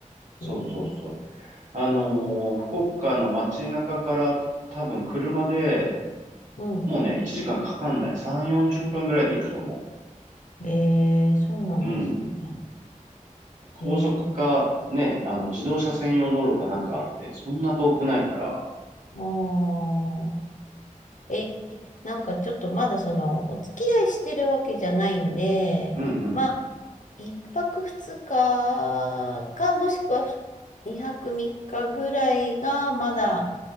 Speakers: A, on the right; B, on the left.
A: そうそうそう。
B: へえー、
A: あのー福岡の街中から多分車で、
B: うん。
A: もうね、1時間かんかかんない。3、40分ぐらいで行くと思
B: ええ、そうなんですね。
A: う。うん。高速か、
B: ええ、そっか。
A: ね、あの、自動車専用道路かなんかあって、そんな遠くないから、
B: あーえ、なんかちょっとまだその、お付き合いしてるわけじゃないんで、
A: うんうん
B: まあ、一泊二日か、もしくはふ二泊三日ぐらいが、まだ、あ